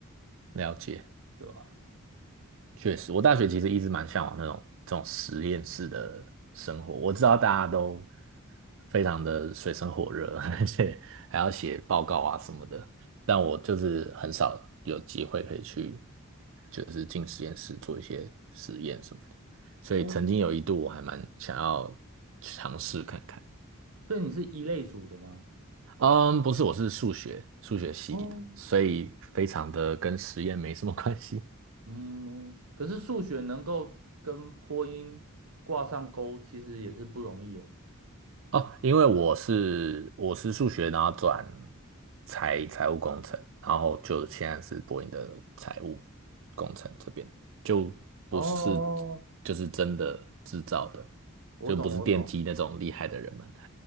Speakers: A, on the right; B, on the right.
A: 了解，
B: 对吧？
A: 确实，我大学其实一直蛮向往那种这种实验室的生活。我知道大家都非常的水深火热，<laughs> 而且还要写报告啊什么的，但我就是很少有机会可以去，就是进实验室做一些实验什么的。所以曾经有一度我还蛮想要尝试看看。
B: 哦，所以你是一类组的吗？
A: 嗯，不是，我是数学数学系的，
B: 哦
A: 所以非常的跟实验没什么关系
B: 嗯，可是数学能够跟播音挂上钩，其实也是不容易哦。
A: 哦。因为我是我是数学，然后转财财务工程，然后就现在是博音的财务工程这边，就不是
B: 哦，
A: 就是真的制造的，
B: 我懂，
A: 就不是电机那种厉害的人们，
B: 我懂，